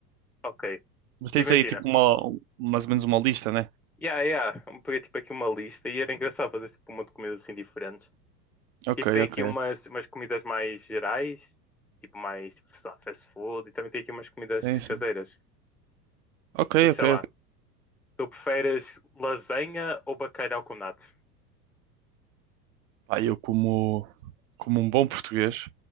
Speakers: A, in the centre; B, on the right.
A: Ok,
B: Mas tens
A: imagina.
B: aí tipo uma, um- mais ou menos uma lista, né?
A: Yeah, yeah, eu peguei tipo aqui uma lista e era engraçado fazer tipo um monte de comidas assim diferentes.
B: Ok,
A: Tipo, tem
B: ok.
A: aqui umas, umas comidas mais gerais, tipo mais, tipo, sei lá, fast food e também tem aqui umas comidas
B: Sim,
A: caseiras.
B: sim. Ok,
A: Tipo,
B: ok,
A: sei lá,
B: ok.
A: tu preferes lasanha ou bacalhau com natas?
B: Pá, eu como, como um bom português,